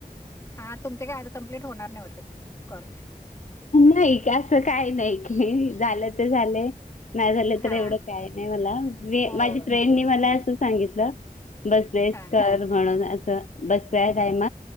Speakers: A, on the left; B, on the left.
A: हा तुमचे काय आज कंमप्लीट होणार नाही वाटत कॉल.
B: नाही असं काही नाही झालं तर झालंय नाही झालं
A: हा
B: तर एवढं काय नाही मला मी
A: होय
B: माझी फ्रेंडन
A: होय हा
B: मला असं सांगितलं बसलेस
A: हा
B: कर म्हणून असं बसत टायम